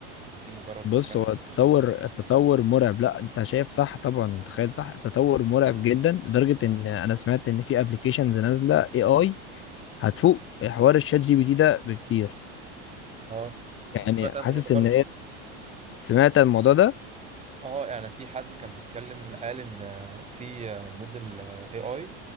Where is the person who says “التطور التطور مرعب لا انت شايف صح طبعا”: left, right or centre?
Left